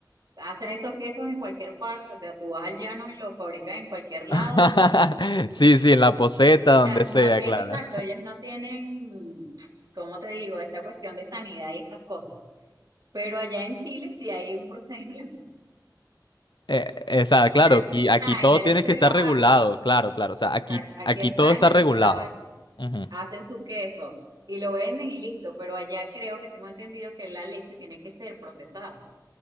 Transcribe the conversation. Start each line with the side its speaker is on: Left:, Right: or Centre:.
Right: Hacen esos quesos en cualquier parte, o sea, tú vas al llano y lo fabrican en cualquier lado
Left: <laughs>
Right: y o
Left: Sí, sí, en la poseta, donde
Right: sea,
Left: sea,
Right: no tiene,
Left: claro.
Right: exacto, ellos no tienen, ¿cómo te digo?, esta cuestión de sanidad y estas cosas. Pero allá en Chile sí hay un procedimiento.
Left: Eh, eh, o sea,
Right: O
Left: claro,
Right: sea, aquí
Left: aquí,
Right: extraen
Left: aquí todo
Right: la leche
Left: tiene que
Right: de
Left: estar
Right: la vaca,
Left: regulado,
Right: hacen su-
Left: claro, claro. O sea,
Right: exacto,
Left: aquí,
Right: aquí
Left: aquí
Right: extraen
Left: todo está
Right: la
Left: regulado.
Right: leche de la vaca,
Left: Ujú.
Right: hacen su queso y lo venden y listo. Pero allá creo que tengo entendido que la leche tiene que ser procesada,